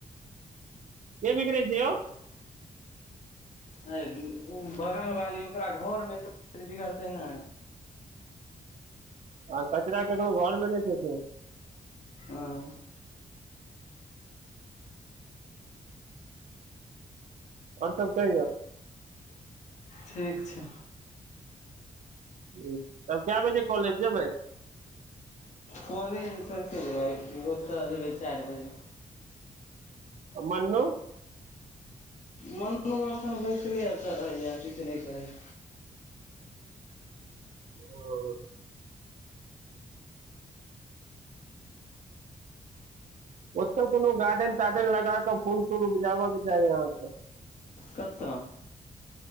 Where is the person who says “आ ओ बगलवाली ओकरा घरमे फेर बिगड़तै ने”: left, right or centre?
Left